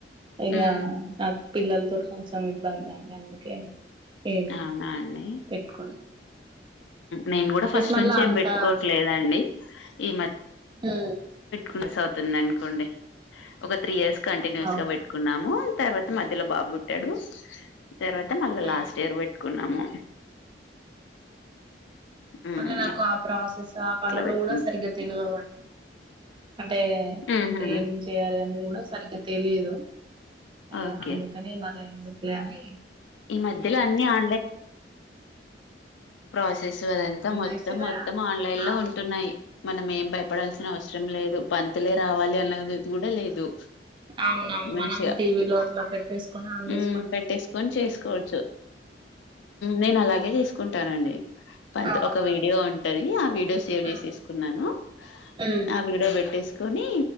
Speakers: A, on the right; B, on the left.
A: ఇకా
B: హ్మ్.
A: <unintelligible> పిల్లలతో కొంచెం ఇబ్బంది అండి అందుకే ఏం
B: అవునా అండి
A: పెట్టుకోను
B: నేను కూడా
A: ప్లస్
B: ఫస్ట్
A: మళ్ళా
B: నుంచి
A: అంత
B: ఏం పెట్ కోట్లేదండి ఈ
A: హూ
B: మిస్ అవుతోంది అనుకొండి ఒక త్రీ ఇయర్ కంటిన్యూస్
A: ఓకే
B: గా పెట్టుకున్నాము తర్వాత మధ్యలో బాబు పుట్టాడు తర్వాత మళ్ళా
A: మ్మ్
B: లాస్ట్ ఇయర్ పెట్టుకున్నాము ఉమ్
A: మళ్ళీ నాకు ఆ ప్రాసెస్ ఆ
B: అట్లా
A: పనులు
B: పెట్టుకు
A: కూడా సరిగ్గా తెలివవండి అడి <unintelligible> అంటే
B: ఉహు
A: ఏం చేయాలి అనేది కూడా సరిగ్గా తెలియదు అయ్య
B: ఓకే
A: అందుకాని మల్ల ఎందు ప లేని
B: ఈ మధ్యలో అన్ని ఆ ప్రాసెస్ అదంతా మొత్తం
A: యాక్చువల్గా
B: మొత్తం ఆన్లైన్
A: అవును
B: లో ఉంటున్నాయి మన మేం పడాల్సిన
A: అవును
B: అవసరం లేదు పాంతులే రావాలి అన్నది కూడా లేదు
A: అవునవును
B: మంచి
A: మనం టీవీలో అట్లా పెట్టేసుకొని ఆన్
B: ఉమ్
A: చేసుకోనీ-
B: పెట్టేసుకొని
A: -
B: చేసుకోవచ్చు నేను అలాగే తీసుకుంటానండి
A: అవునండి
B: ఒక వీడియో ఉంటుంది ఆ వీడియో సేవ్
A: ఉమ్,
B: చేసిసుకున్నాను
A: ఉమ్.
B: ఆ వీడియో పెట్టే తీసుకొని